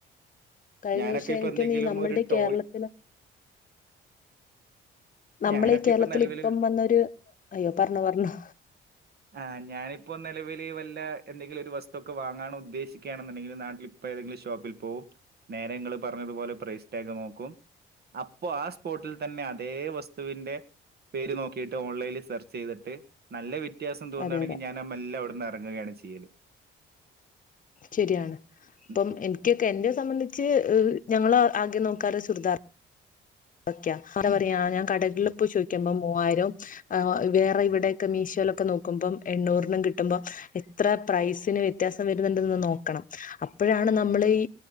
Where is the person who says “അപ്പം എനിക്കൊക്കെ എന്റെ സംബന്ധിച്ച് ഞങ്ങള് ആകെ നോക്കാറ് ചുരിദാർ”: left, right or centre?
Left